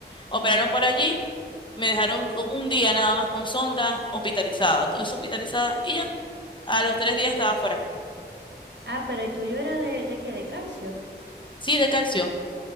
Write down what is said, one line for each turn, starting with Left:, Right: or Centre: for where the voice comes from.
Left: operaron por allí, me dejaron con un día nada más con sonda, hospitalizada, todo eso hospitalizada, y ya, a los tres días estaba fuera.
Right: Ah, pero el tuyo era de, de qué, de calcio.
Left: Sí, de calcio.